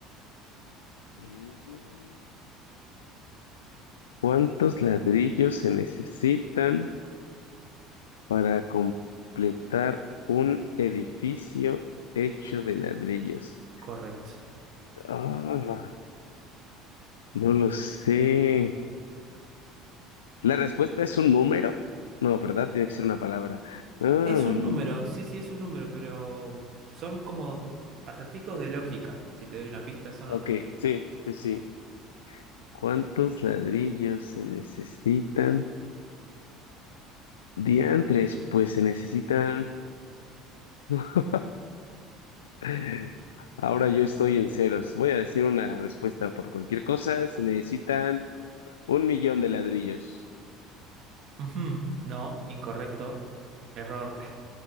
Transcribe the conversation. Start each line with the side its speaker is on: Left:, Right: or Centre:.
Left: Mm. ¿Cuántos ladrillos se necesitan para completar un edificio hecho de ladrillos?
Right: Correcto.
Left: Ah, no lo sé. La respuesta es un número. No, ¿verdad? Tiene que ser una palabra. Ah,
Right: Es un
Left: mm.
Right: número, sí, sí, es un número, pero son como acertijos de lógica. Si te doy una pista, son...
Left: Ok,
Right: a-
Left: sí, sí, sí. ¿Cuántos ladrillos se necesitan? Diantres, pues se necesitan. No. <laughs> Ahora yo estoy en ceros. Voy a decir una respuesta por cualquier cosa. Se necesitan un millón de ladrillos.
Right: Ujú, No, incorrecto. Error. <laughs>